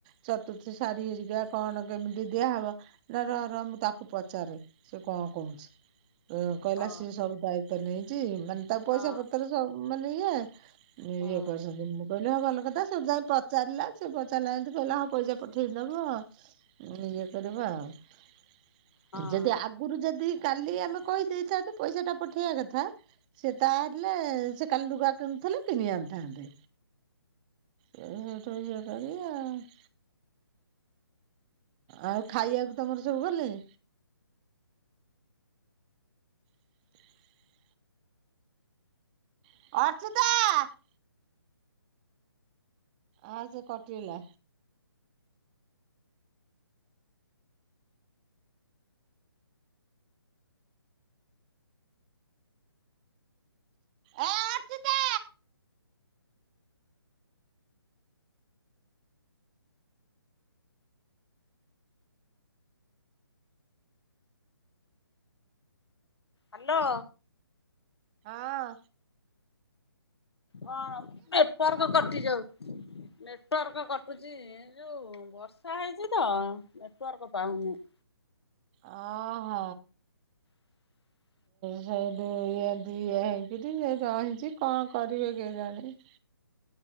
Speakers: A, on the right (about 20°); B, on the left (about 80°).
A: ଚତୁର୍ଥୀ ଶାଢ଼ୀ ହେରିକା କଣ କେମିତି ଦିଆହେବ- ନା ରହ ରହ ମୁଁ ତାକୁ ପଚାରେ ସେ କଣ କହୁଛି ତ କହିଲା
B: ଅ
A: ସିଏ ସବୁ ଦାୟିତ୍ଵ ନେଇଛି ମାନେ ତା ପଇସା
B: ହଁ
A: ପତ୍ର ସବୁ ମାନେ ଇଏ ଇଏ
B: ହଁ
A: କରିଛନ୍ତି ମୁଁ କହିଲି ହଉ ଭଲ କଥା ସବୁ ଯାଇ ଚାଲିଲା ସିଏ ପଚାରିଲା ଏମିତି କହିଲା ହଁ ପଇସା ପଠେଇଦବ ଇଏ କରିବା ଆଉ
B: ହଁ
A: ଯଦି ଆ ଗୁରୁ ଯଦି କାଲି ଆମେ କହିଦେଇଥାନ୍ତି ପଇସା ଟା ପଠେଇବା କଥା ସେ ତା ହେଲେ ସେ କାଲି ଲୁଗା କିଣୁଥିଲେ କିଣି ଆଣିଥାନ୍ତେ! ଏ ହେଟୁ ଇଏ କରି ଆଉ - ଆଉ ଖାଇବାକୁ ତମର ସବୁ ଗଲେଇଁ <inaudible> ଅର୍ଚୁତା ଆସେ କଟିଗଲା ଏ ଅର୍ଚୁତା
B: ହାଲୋ
A: ହଁ
B: କଣ ନେଟୱାର୍କ କଟି ଯାଉଚି ନେଟୱାର୍କ କଟୁଚି ଏ ଯୋଉ ବର୍ଷା ହେଇଛି ତ ନେଟୱାର୍କ ପାଉନି
A: ଅ ହ
B: <inaudible>
A: ସେ ଦିଆ ଦିଆ ହେଇକିରି ସେ ରହିଛି କଣ କରିବେ କେଜାଣି